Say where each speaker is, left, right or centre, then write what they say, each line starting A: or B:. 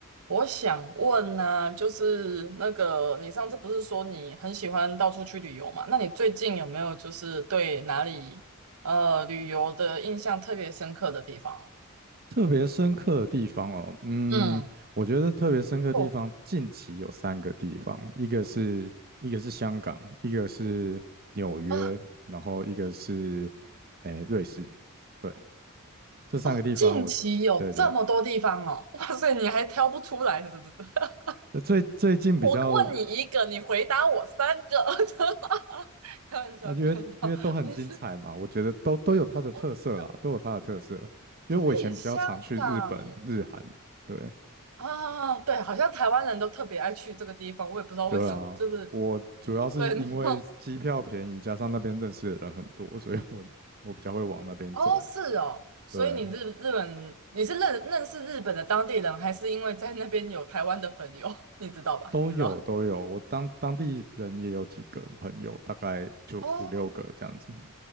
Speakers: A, on the right (about 80°); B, on the right (about 45°).
A: 我想问呢、就是那个你上次不是说你很喜欢到处去旅游嘛？那你最近有没有就是对哪里呃旅游的印象特别深刻的地方？
B: 特别深刻的地方哦，嗯，
A: 嗯，
B: 我觉得特别深刻的地方，
A: 哦
B: 近期有三个地方，一个是一个是香港，一个是纽约，
A: 啊
B: 然后一个是诶瑞士，对，这三个地方我，
A: 哦，近期有这么多地方哦，
B: 对对，
A: <laughs> 哇塞，你还挑不出来是不是？<laughs>
B: 呃最最近比较
A: 我问你一个，你回答我三个，<laughs> 开玩笑，
B: 呃，因为因为都很精彩嘛，
A: 开玩笑，没事，
B: 我觉得都都有它的特色啦，
A: 我的
B: 都有它的特色，因为我以前比较常去日本、
A: 对香港。
B: 日韩，对。
A: 啊，对，好像台湾人都特别爱去这个地方，我也不知道为什么，
B: 对啊，
A: 就是
B: 我主要是因为机票便宜，
A: <laughs> 对，然后
B: 加上那边认识的人很多，所以我我比较会往那边走。
A: <laughs> 哦，是哦，所以你日日本你是认认识日本的当地人，
B: 对，
A: 还是因为在那边有台湾的朋友？<laughs> 你知道吧？
B: 都有都有，
A: 你知道
B: 我当当地人也有几个朋友，大概就五六个这样子。
A: 哦